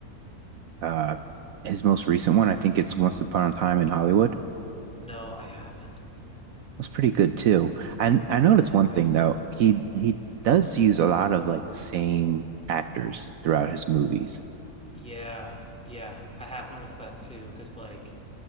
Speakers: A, on the right (about 70°); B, in the centre.
A: uh his most recent one? I think it's Once Upon a Time in Hollywood.
B: No, I haven't.
A: That's pretty good too. And I noticed
B: Okay.
A: one thing though. He he does use a lot of like the same actors throughout his movies.
B: Yeah. Yeah. I have noticed that too, 'cause like